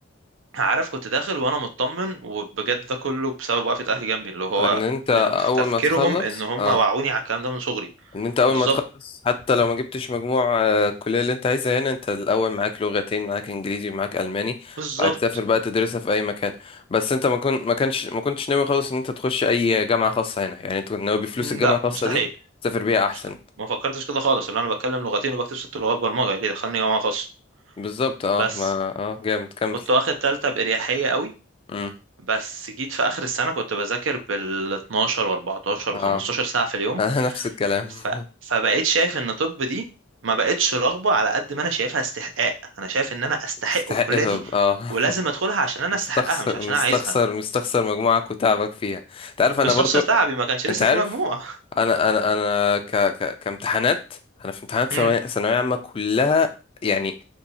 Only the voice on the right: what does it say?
عارف كنت داخل وأنا مطمن وبجد ده كله بسبب وقفة أهلي جنبي اللي هو
ال- في
تفكيرهم
إن هم
وعوني على الكلام ده من صغري
بالظبط
بالظبط
مم،
لا
مستحيل
مستحيل ما فكرتش كده خالص اللي أنا بتكلم لغتين وبكتب ست لغات برمجة ليه دخلني جامعة خاصة
بس
كنت واخد تالتة بإريحية قوي
بس جيت في اخر السنه كنت بذاكر بال 12 و14
و15 ساعه في اليوم
ف...
فبقيت شايف ان طب دي ما بقتش رغبه على قد ما انا شايفها استحقاق انا شايف ان انا استحق
الكليه
دي
ولازم ادخلها عشان انا
استحقها مش عشان
انا عايزها
مستخسر
تعبي ما كانش لسه
في مجموع
<laughs>
امم